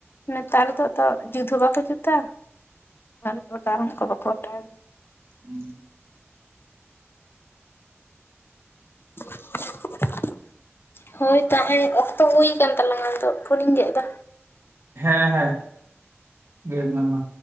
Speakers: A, on the left; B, on the right.
A: ᱱᱮᱛᱟᱨ ᱫᱚ ᱛᱚ ᱡᱩᱫ ᱦᱚᱸ ᱵᱟᱠᱚ ᱡᱩᱛᱟ ᱟᱨ ᱚᱰᱟᱣ ᱦᱚᱸ ᱚᱝᱠᱟ ᱵᱟᱠᱚ ᱚᱰᱟᱣᱟ ᱜᱮᱭᱟ ᱾
B: ᱩᱸ ᱾
A: <inaudible> ᱦᱳᱭ ᱛᱟᱦᱮᱸ ᱚᱠᱛᱚ ᱦᱩᱭᱠᱟᱱ ᱛᱟᱞᱟᱝ ᱟᱫᱚ ᱯᱷᱳᱱᱤᱧ ᱜᱮᱜ ᱫᱟ᱾
B: ᱦᱮᱸ ᱦᱮᱸ ᱜᱮᱫ ᱢᱮ ᱢᱟ᱾